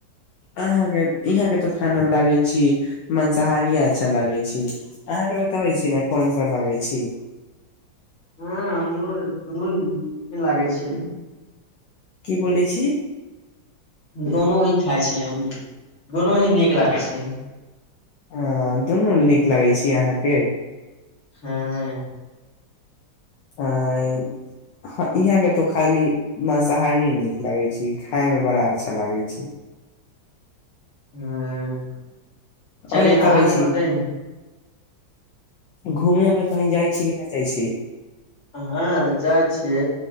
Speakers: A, on the left; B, on the left.
A: अहाँ के इहाँ के तो खाना लागै छी मंसाहारिये अच्छा लागै छी, अहाँ के बताबै छी ने कोन सब लागै छी।
B: हाँ हमरो दुनू नीके लागै छै।
A: की बोले छी।
B: दोनो ही खाय छी हम, दोनो ही नीक लागै छै।
A: हाँ दुनू नीक लागै छी अहाँ के।
B: हाँ।
A: अ इ ह इहाँ के तो खाली मंसाहारिये नीक लागै छी, खाय मे बड़ा अच्छा लागै छै।
B: हाँ। चलि
A: और
B: अहाँ
A: बताबै
B: के
A: छी
B: बताई ने
A: घूमे मे कहीं जाय छी कि नै जाय छी।
B: हँ जाइत छियै